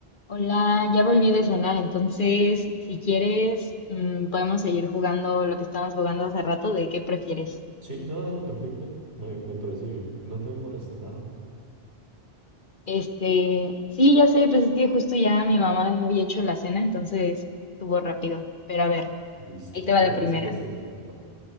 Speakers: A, on the left (about 50°); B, on the right (about 75°).
A: Hola, ya volví de cenar, entonces si quieres mm, podemos seguir jugando lo que estábamos jugando hace rato de qué prefieres.
B: Sí, no, dale, perfecto. Me, me parece bien. No te demoraste nada.
A: Este, sí, ya sé, pues es que justo ya mi mamá había hecho la cena, entonces estuvo rápido. Pero a ver,
B: Listo.
A: ahí te va
B: Creo
A: la primera.
B: que sigues tú. Epa.